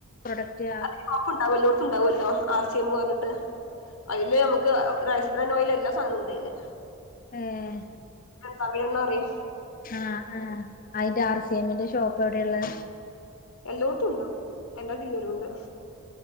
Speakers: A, on the left; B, on the left.
A: പ്രൊഡക്റ്റ് ആ,
B: അത് ഇണ്ടാവുംല്ലോടത്തുണ്ടാവല്ലോ ആർസിഎംന്ന് പറഞ്ഞിട്ട് അയില് നമുക്ക് റൈസ് ബ്രാൻഡോയില് എല്ലാ സാധനോം ഉണ്ടയില്
A: ഏ
B: തവിഎണ്ണ റായും
A: ആഹ ആ അയിന്റെ ആർസിഎമ്മിന്റെ ഷോപ്പ് എവിടെള്ളേത്
B: എല്ലാടുത്തും ഉണ്ട് എല്ലാ ജില്ലേലുണ്ട്